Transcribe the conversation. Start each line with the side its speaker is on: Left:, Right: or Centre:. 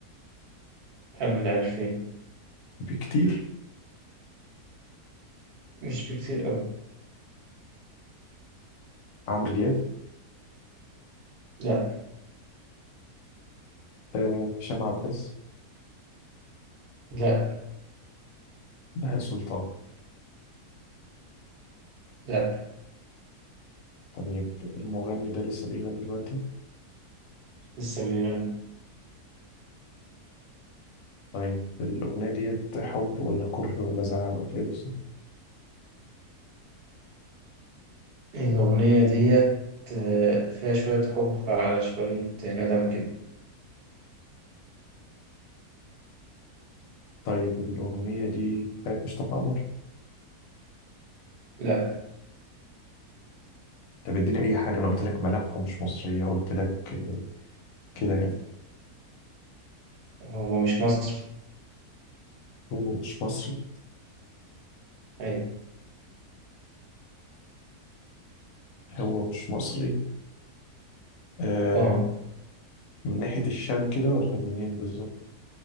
Right: قبل 2000
Left: بكتير
Right: مش بكتير أوي
Left: عمرو دياب
Right: لا
Left: آه، هشام عباس
Right: لا
Left: بهاء سلطان
Right: لا
Left: طيب المغني ده لسه بيغني دلوقتي
Right: لسه مليون
Left: طيب الأغنية ديت حب ولا كره ولا زعل ولا إيه بالظبط
Right: الأغنية ديت آه، فيها شوية حب على شوية ندم كده
Left: طيب الأغنية دي بتاعت مصطفى قمر
Right: لا
Left: طب اديني أي حاجة أنا قلت لك ملامحه مش مصرية قلت لك كده يعني
Right: هو مش مصري
Left: هو مش مصري
Right: أيوة
Left: هو مش مصري آه
Right: آه
Left: من ناحية الشام كده ولا منين بالظبط